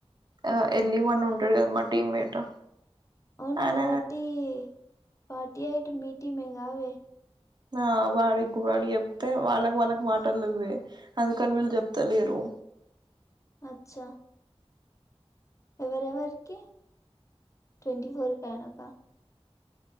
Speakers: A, on the right; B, on the left.
A: ఆ ఎల్వన్ ఉంటడు కదా మా టీమ్మేట్
B: అవును
A: ఆయన
B: ఫోర్టీ ఫోర్టీ యయిట్ మిటి మంగవే
A: ఆ వాడికి వాడి చెప్తే వాళ్ళకి వాళ్ళకి మాటలేద అందుకని వీళ్ళు చెప్తలేరు
B: అచ్చ ఎవరెవరికి ట్వంటీ ఫోర్ కయనక